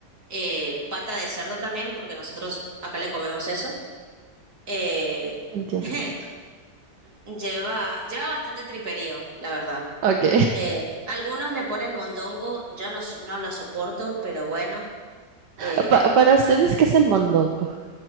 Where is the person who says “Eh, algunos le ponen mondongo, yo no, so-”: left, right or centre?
Right